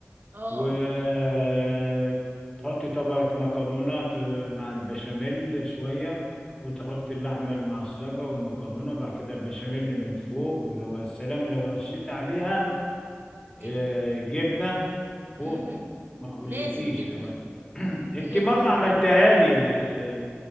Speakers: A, on the right (about 45°); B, on the left (about 15°).
A: اه
B: وتحطي طبقه مكرونه ت- مع البشاميل شويه وتحطي اللحمه المعصجه والمكرونه وبعد كده البشاميل من فوق ولو السلام لو رشيت عليها
A: جبنة
B: آه، جبنه فوق
A: مم.
B: ما اقولكيش
A: لازم جبنة
B: طبعا <clears throat> انت
A: هي
B: مره عملتها لي ال- ال-